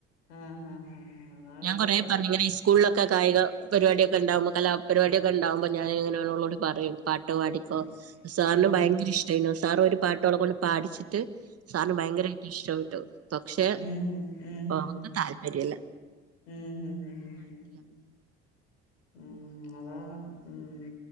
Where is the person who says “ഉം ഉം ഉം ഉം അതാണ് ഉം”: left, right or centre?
Left